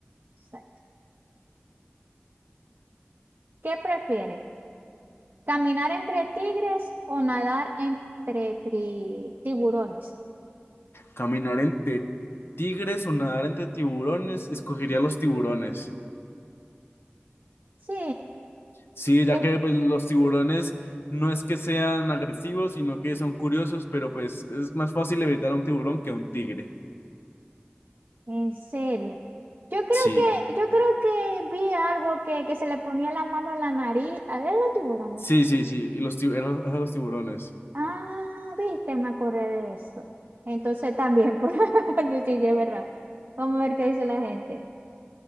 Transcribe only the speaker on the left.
Caminar entre tigres o nadar entre tiburones, escogería los tiburones.
Sí, ya
que pues, los tiburones no es que sean agresivos, sino que son curiosos, pero pues es más fácil evitar a un tiburón que a un tigre.
Sí,
sí, sí, sí. Y los tiburones, los tiburones.